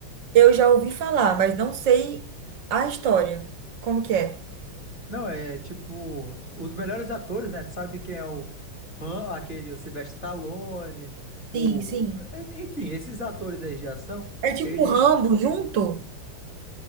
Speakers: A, on the right; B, on the left.
A: Eu já ouvi falar, mas não sei a história. Como que é?
B: Não, é tipo, os melhores atores, né? Tu sabe quem é o Han, aquele, o Sylvester Stallone, o.
A: Sim, sim.
B: é, Enfim, esses atores aí de ação,
A: É tipo
B: eles.
A: Rambo junto